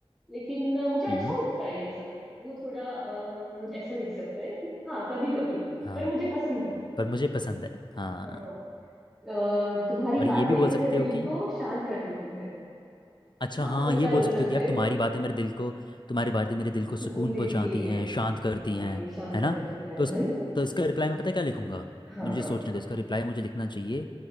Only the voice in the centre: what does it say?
लेकिन अ, मुझे अच्छा
लगता है ये सब वो थोड़ा अम, ऐसे लिख सकते हैं कि हाँ कभी कभी
पर मुझे पसंद है
हाँ अ, तुम्हारी
बातें
मेरे
दिल
को शांत कर देती है
हाँ
और
क्या बोल
सकते
हैं
सुकून देती
है
अ,
ये भी शांत
करती है
है ना
हाँ
हाँ